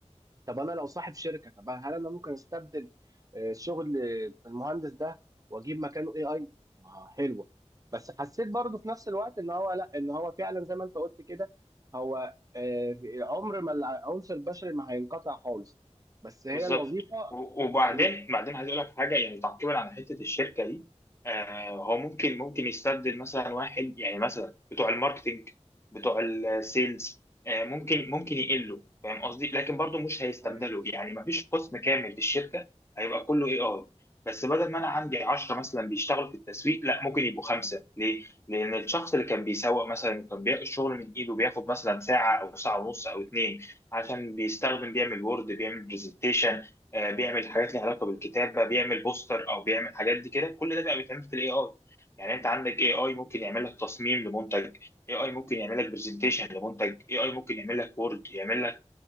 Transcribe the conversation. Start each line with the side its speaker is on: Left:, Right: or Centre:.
Right: طب انا لو صاحب شركه طب هل انا ممكن استبدل آه، شغل آه، المهندس ده واجيب مكانه اي اي ما حلوه بس حسيت برضه في نفس الوقت ان هو لا ان هو فعلا زي ما انت قلت كده هو آه، في- عمر ما العنصر البشري ما هينقطع خالص بس هي
Left: بالظبط
Right: الوظيفه
Left: و- وبعدين
Right: ال-
Left: بعدين عايز اقول لك حاجه يعني تعقيبا على حته الشركه دي آه هو ممكن ممكن يستبدل مثلا واحد يعني مثلا بتوع الماركتينج بتوع السيلز آه ممكن ممكن يقلوا فاهم قصدي لكن برضه مش هيستبدلوا
Right: مم.
Left: يعني ما فيش قسم كامل في الشركه هيبقى كله اي اي بس بدل ما انا عندي 10 مثلا بيشتغلوا في التسويق لا ممكن يبقوا خمسه ليه؟ لان الشخص اللي كان بيسوق مثلا وكان بياخد الشغل من ايده بياخد مثلا ساعه او ساعه ونص او اتنين عشان بيستخدم بيعمل وورد بيعمل برزنتيشن بيعمل حاجات ليها علاقه بالكتابه بيعمل بوستر او بيعمل حاجات دي كده كل ده بقى بيتعمل في الاي اي يعني انت عندك اي اي ممكن يعمل لك تصميم لمنتج اي اي ممكن يعمل لك برزنتيشن لمنتج اي اي ممكن يعمل لك وورد يعمل لك